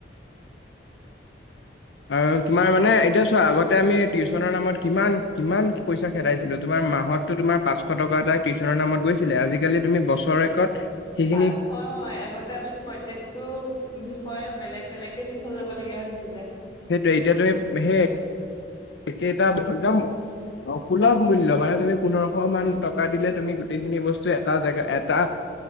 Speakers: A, on the left; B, on the left.
A: আৰু তোমাৰ মানে এতিয়া চোৱা আগতে আমি টিউশচনৰ নামত কিমান কিমান পইচা খেদাইছিলোঁ। তোমাৰ মাহত তোমাৰ পাঁচশ টকা এটা কিটিশচনৰ নামত গৈছিলে। আজিকালি তুমি বছৰেকত সেইখিনি
B: পাঁচশ হয়। আগতে আমি প্ৰত্যেক টো বিষয়ে বেলেগ বেলেগকে টিউশ্চেন লব লগগীয়া হৈছিলে।
A: সেইটোৱেই এতিয়াতো সেই একেই এটা একদম অ সুলভ মূল্য মানে তুমি পোন্ধৰশ মান টকা দিলে তুমি গোটেইখিনি বস্তু এটা জেগা এটা।